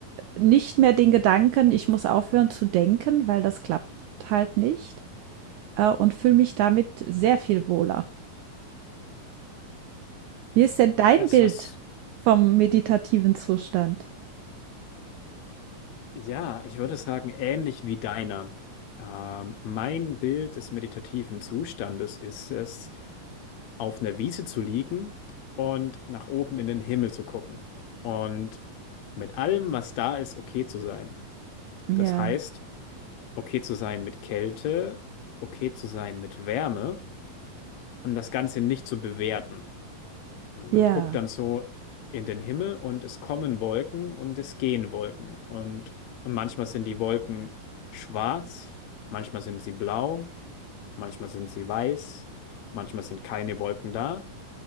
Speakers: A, on the right (about 90°); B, on the left (about 70°).
A: nicht mehr den Gedanken, ich muss aufhören zu denken, weil das klappt halt nicht äh, und fühle mich damit sehr viel wohler. Wie ist denn dein
B: Das,
A: Bild
B: was,
A: vom meditativen Zustand?
B: ja, ich würde sagen, ähnlich wie deiner. Ähm, mein Bild des meditativen Zustandes ist es, auf einer Wiese zu liegen und nach oben in den Himmel zu gucken und mit allem, was da ist, okay zu sein.
A: Ja,
B: Das heißt, okay zu sein mit Kälte, okay zu sein mit Wärme und das Ganze nicht zu bewerten. Und
A: ja,
B: man guckt dann so in den Himmel und es kommen Wolken und es gehen Wolken. Und manchmal sind die Wolken schwarz, manchmal sind sie blau, manchmal sind sie weiß, manchmal sind keine Wolken da.